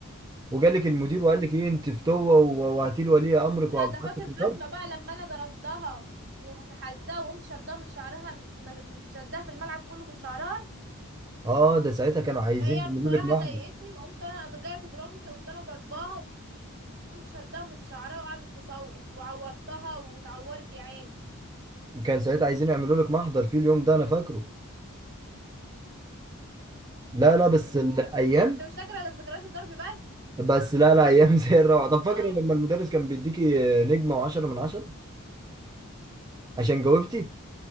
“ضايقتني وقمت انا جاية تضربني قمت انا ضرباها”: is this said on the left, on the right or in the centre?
Right